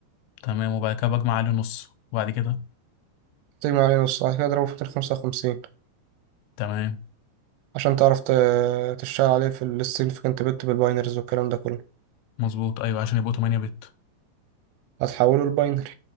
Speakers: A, on the left; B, on the right.
A: تمام وبعد كده بجمع عليه نص وبعد كده
B: تجمع عليه نص بعد كده اضربه في 255
A: تمام
B: عشان تعرف ت- تشتغل عليه في السيجنفكنت بت بالباينرز والكلام ده كله
A: مظبوط ايوه عشان يبقوا 8 بت
B: هتحوله لباينري